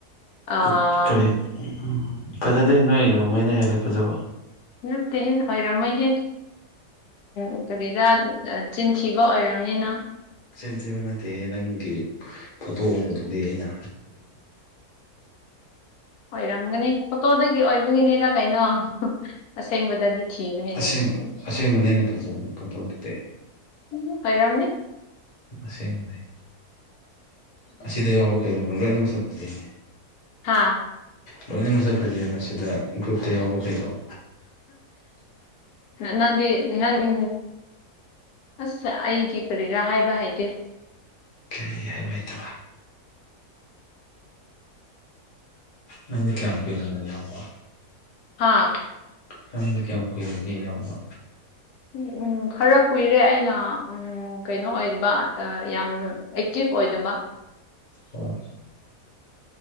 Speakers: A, on the left; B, on the left.
A: ꯑꯥ
B: ꯎ ꯀꯔꯤ ꯎ ꯐꯖꯗꯦ ꯅꯣꯏ ꯅꯣꯡꯃꯩꯅ ꯍꯦꯜꯂꯦ ꯐꯖꯕ
A: ꯅꯠꯇꯦ ꯍꯣꯏꯔꯃꯩ ꯍꯦ ꯎ ꯀꯔꯤꯔꯥ ꯆꯤꯟꯊꯤꯕ ꯑꯣꯏꯔꯝꯅꯤꯅ
B: ꯍꯛꯆꯤꯟꯊꯤꯕ ꯅꯠꯇꯦ ꯅꯪꯒꯤ ꯐꯣꯇꯣ ꯎꯕꯗꯨꯗꯤ ꯑꯩꯅ
A: ꯑꯣꯏꯔꯝꯒꯅꯤ ꯐꯣꯇꯣꯗꯒꯤ ꯑꯣꯏꯕꯒꯤꯅꯤ ꯀꯩꯅꯣ ꯑꯁꯦꯡꯕꯗꯗꯤ ꯊꯤꯔꯌꯦ
B: ꯑꯁꯦꯡ ꯑꯁꯦꯡꯕꯅ ꯍꯦꯟꯅ ꯐꯖꯕꯅꯤ ꯐꯣꯇꯣꯗꯨꯗꯤ
A: ꯎ ꯍꯣꯏꯔꯝꯅꯦ
B: ꯑꯁꯦꯡꯕ ꯂꯩ ꯑꯁꯤꯗ ꯌꯥꯎꯕ ꯀꯩꯗꯧꯕꯅꯤ ꯂꯣꯏꯅ ꯃꯁꯛ ꯐꯖꯩꯅꯤ
A: ꯍꯥꯥ
B: ꯂꯣꯏꯅ ꯃꯁꯛ ꯐꯖꯩꯑ ꯃꯁꯤꯗ ꯒ꯭ꯔꯨꯞꯇ ꯌꯥꯎꯕ ꯀꯩꯗꯣꯑꯣ
A: ꯅꯪꯒꯤ ꯅꯪ ꯎ ꯑꯁ ꯑꯩꯗꯤ ꯀꯔꯤꯔꯥ ꯍꯥꯏꯕ ꯍꯥꯏꯗꯦ
B: ꯀꯔꯤ ꯍꯥꯏꯕ ꯍꯥꯏꯇꯕ ꯅꯪꯗꯤ ꯀꯌꯥꯝ ꯀꯨꯏꯒꯅꯤ ꯌꯥꯎꯕ
A: ꯍꯥꯥ
B: ꯀꯪꯗꯤ ꯀꯌꯥꯝ ꯀꯨꯏꯔꯒꯦ ꯌꯥꯎꯕ
A: ꯎꯝ ꯎꯝ ꯈꯔ ꯀꯨꯏꯔꯦ ꯑꯩꯅ ꯎꯝ ꯎ ꯀꯩꯅꯣ ꯑꯣꯏꯕ ꯌꯥꯝ ꯑꯦꯛꯇꯤꯚ ꯑꯣꯏꯗꯕ
B: ꯑꯣ